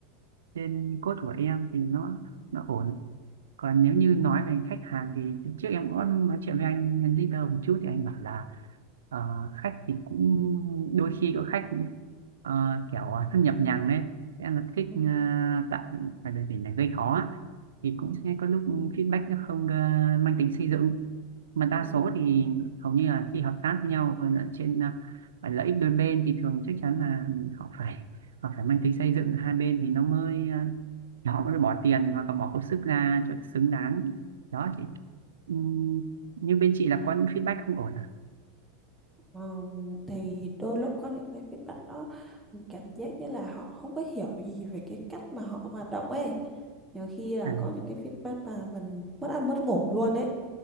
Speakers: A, on the right; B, in the centre.
A: trên code của em thì nó nó ổn còn nếu như nói về khách hàng thì trước em có nói chuyện với anh nhân leader một chút thì anh bảo là ờ, khách thì cũng đôi khi có khách ờ, kiểu thân nhập nhằng ấy sẽ là thích
B: Ừ.
A: ờ, tạo phải là gì này gây khó á. thì cũng sẽ có lúc feedback nó không ờ, mang tính xây dựng mà đa
B: Ừ.
A: số thì hầu như là khi hợp tác với nhau rồi là trên ờ, phải lợi ích đôi bên thì thường chắc chắn là họ phải họ phải mang tính xây dựng hai bên thì nó mới ờ, họ mới bỏ tiền hoặc là bỏ công sức ra cho xứng đáng đó chị Ừm, nhưng bên chị là có những feedback không ổn à,
B: Ờm, thì đôi lúc có những cái feedback đó mình cảm giác như là họ không có hiểu gì về cái cách mà họ hoạt động ấy nhiều khi là
A: à
B: có những cái feedback mà mình mất ăn mất ngủ luôn ấy